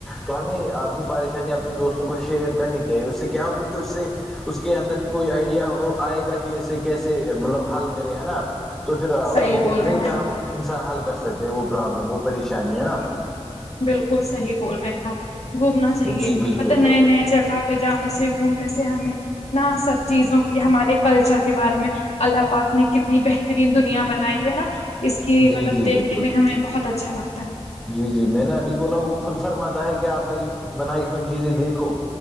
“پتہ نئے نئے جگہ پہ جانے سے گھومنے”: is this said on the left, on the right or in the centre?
Left